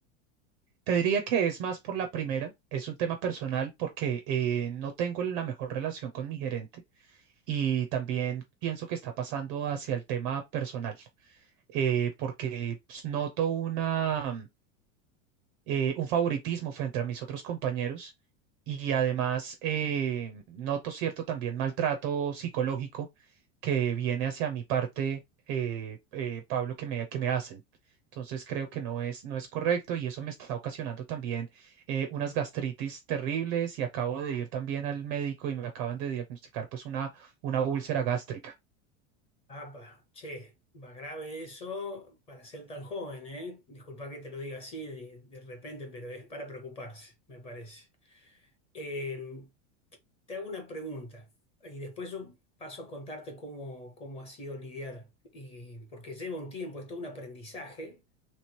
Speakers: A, on the right; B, on the left.
A: Te diría que es más por la primera, es un tema personal porque eh, no tengo la mejor relación con mi gerente y también pienso que está pasando hacia el tema personal. eh, porque pues, noto una, eh, un favoritismo frente a mis otros compañeros y además eh, noto cierto también maltrato psicológico que viene hacia mi parte, eh, eh, Pablo, que me, que me hacen. Entonces creo que no es, no es correcto y eso me está ocasionando también eh, unas gastritis terribles y acabo de ir también al médico y me acaban de diagnosticar pues una, una úlcera gástrica.
B: Apa, che, va grave eso para ser tan joven, ¿eh? Disculpa que te lo diga así de, de repente, pero es para preocuparse, me parece. Eh, Te hago una pregunta y después yo paso a contarte cómo, cómo ha sido lidiar, y, porque lleva un tiempo, es todo un aprendizaje,